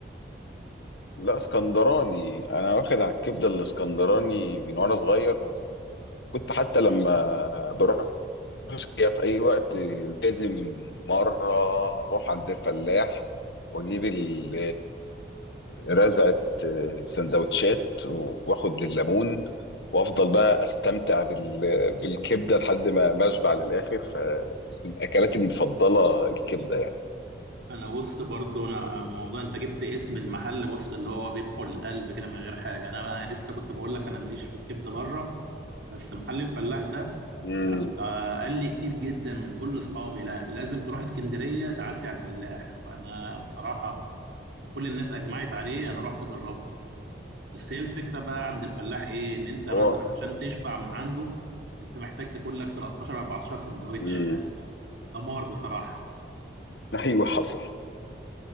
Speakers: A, on the left; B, on the right.
A: لا اسكندراني انا واخد على الكبده الاسكندراني من وانا صغير وكنت حتى لما بروح اسكندريه في اي وقت لازم مره اروح عند الفلاح واجيب ال- آه، رزعه آه، سندوتشات واخد الليمون وافضل بقى استمتع بال- بالكبده لحد ما ما اشبع للاخر فمن اكلاتي المفضله الكبده يعني
B: انا بص برضو انا موضوع انت جبت اسم المحل بص اللي هو بيدخل القلب كده من غير حاجه انا انا لسه كنت بقول لك انا ماليش في الكبده بره بس محل الفلاح ده
A: امم
B: انا ت- قال لي كتير جدا من كل اصحابي لا لازم تروح اسكندريه تعدي على الفلاح فانا بصراحه لما كل الناس اجمعت عليه انا رحت جربته بس هي الفكره بقى عند الفلاح ايه ان انت مثلا
A: هو
B: عشان تشبع من عنده انت محتاج تاكل لك 13 14 سندوتش
A: امم
B: يعني دمار بصراحه
A: <laughs> ايوه حصل